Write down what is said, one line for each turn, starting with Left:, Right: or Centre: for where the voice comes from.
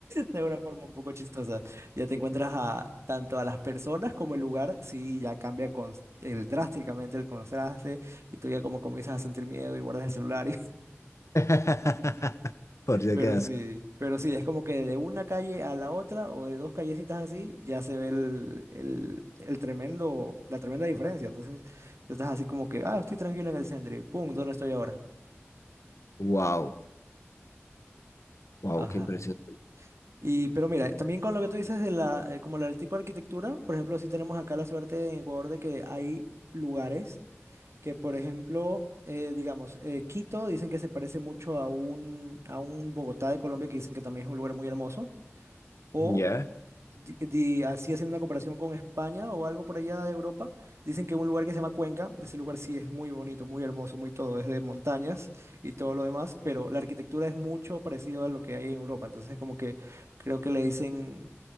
Right: De una forma un poco chistosa. Ya te encuentras a tanto a las personas como el lugar, sí, ya cambia con el drásticamente el contraste y tú ya como comienzas a sentir miedo y guardas el celular.
Left: <laughs>
Right: <laughs>
Left: Por si acaso.
Right: pero sí, pero sí, es como que de una calle a la otra o de dos callecitas así ya se ve el, el, el tremendo, la tremenda diferencia. Entonces, tú estás así como que, ah, estoy tranquilo en el centro y pum, ¿dónde estoy ahora?
Left: Wow, wow,
Right: Ajá.
Left: qué impresión.
Right: Y, pero mira, también con lo que tú dices de la, eh, como el tipo de arquitectura, por ejemplo, sí tenemos acá la suerte en Ecuador de que hay lugares que, por ejemplo, eh, digamos, eh, Quito dicen que se parece mucho a un, a un Bogotá de Colombia, que dicen que también es un lugar muy hermoso, o
Left: Ya.
Right: di- di- así haciendo una comparación con España o algo por allá de Europa, dicen que un lugar que se llama Cuenca, ese lugar sí es muy bonito, muy hermoso, muy todo, es de montañas y todo lo demás, pero la arquitectura es mucho parecido a lo que hay en Europa, entonces como que creo que le dicen,